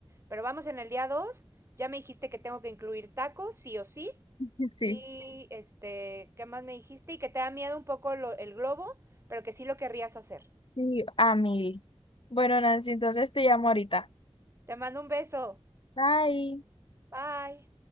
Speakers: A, on the right; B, on the left.
A: pero vamos en el día 2. Ya me dijiste que tengo que incluir tacos, sí o sí.
B: <laughs> Sí,
A: Y este, ¿qué más me dijiste? Y que te da miedo un poco lo- el globo, pero que sí lo querrías hacer.
B: sí, a mí. Bueno, Nancy, entonces te llamo ahorita.
A: Te mando un beso.
B: Bye.
A: Bye.